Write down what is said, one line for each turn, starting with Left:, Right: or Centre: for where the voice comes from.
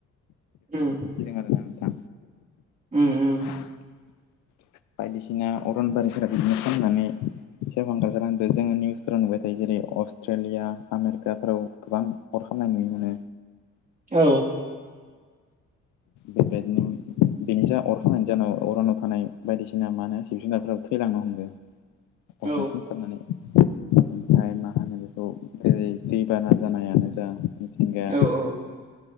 Right: उम
Left: आरोना नोंथां
Right: उम उम
Left: <inaudible> बायदिसिना अरनबारिफोरा बिदिनो खामनानै सेवहांगार जालांदो जोङो निउसफोराव नुबाय थायो जेरै अस्ट्रेलिया आमेरिकाफोराव गोबां अर खामनाय नुनो मोनो
Right: औ <inaudible>
Left: बे बायदिनो बेनि जा अर खनायनि जाहोनाव अरानाव थानाय बायदिसिना मा होनो जिब जुनारफोराबो थैलांनो हमदों।
Right: औ
Left: अरजों खामना नानै ओमफ्राय मा होनो बेखौ जेरै दैबाना जानायानो जा। मिथिंगाया
Right: औ औ